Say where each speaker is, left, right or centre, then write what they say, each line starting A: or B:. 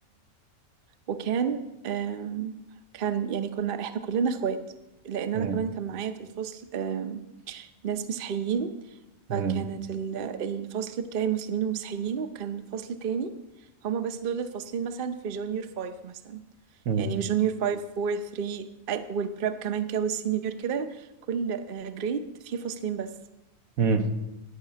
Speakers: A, on the right; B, on the right.
A: وكان آم، كان يعني كنا احنا كلنا اخوات لان انا
B: امم
A: كمان كان معايا في الفصل آم، ناس مسيحيين
B: امم
A: فكانت ال- الفصل بتاعي مسلمين ومسيحيين وكان فصل تاني هما بس دول الفاصلين مثلا في جونيور فايف مثلا
B: امم
A: يعني جونيور مم. فايف فور ثري والبريب كمان كده والسينيور كده كل جريد فيه فصلين بس
B: امم